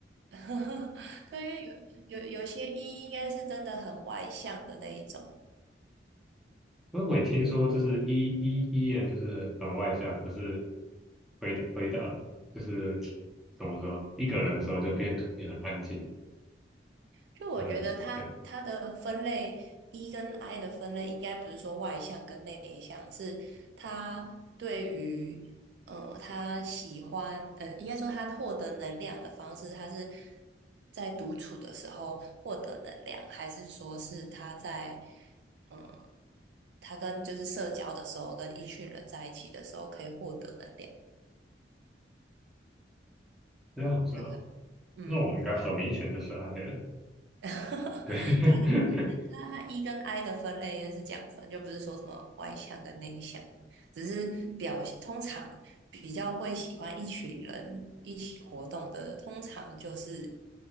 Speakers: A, on the right; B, in the centre.
A: <laughs> 对，因为有有有些 E 应该是真的很外向的那一种，
B: 因为我也听说就是 E E E 人就是很外向，可是回到回到就是怎么说，一个人的时候就变变得特别很安静，
A: 就我觉得他他的分类
B: 很冷静，对，
A: E 跟 I 的分类，应该不是说外向跟内向，是他对于呃他喜欢呃，应该说他获得能量的方式，他是在独处的时候获得能量，还是说是他在嗯、呃他跟就是社交的时候，跟一群人在一起的时候可以获得能量？
B: 这样子哦，
A: 对啊，嗯。
B: 那我应该很明显就是 I 人。
A: <laughs>
B: 对
A: 它它 E 跟 I 的分类就是这样分，就不是说什么外向跟内向，只是表现通常比较会喜欢一群人一起活动的，通常就是